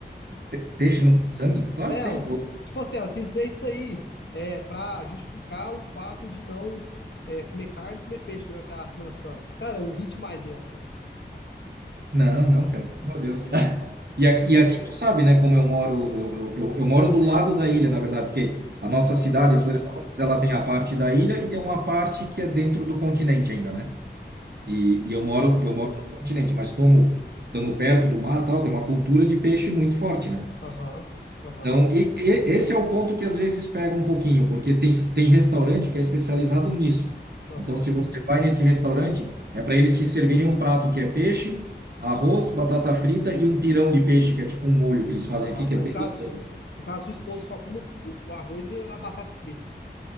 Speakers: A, on the right (about 65°); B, on the left (about 80°).
A: Pe- Peixe não tem sangue? Claro
B: Ela,
A: que tem. Ô,
B: tipo assim, ela quis dizer isso aí é, pra justificar o fato de não é, comer carne e comer peixe durante a Semana Santa. Cara, eu ri demais dela, cara.
A: Não, não, cara, pelo amor de Deus. <laughs> E aqui, e aqui tu sabe, né, como eu moro, eu, eu, eu eu moro do lado da ilha, na verdade, porque a nossa cidade,
B: Aham,
A: Florianópolis, ela tem a parte da ilha e tem uma parte que é dentro do continente ainda, né? E, e eu moro,
B: uhum,
A: eu moro no continente, mas como estamos perto do mar, e tal, tem uma cultura de peixe muito forte, né?
B: aham, aham,
A: Então, e, e- esse é o ponto que às vezes pega um pouquinho, porque tem, tem restaurante que é especializado nisso.
B: aham,
A: Então, se você vai nesse restaurante, é para eles te servirem um prato que é peixe, arroz, batata frita e um pirão de peixe, que é tipo um molho que eles fazem
B: Aham.
A: aqui, que
B: Aí,
A: é bem
B: no caso,
A: gostoso.
B: no caso, sua esposa só como o o arroz e a batata frita.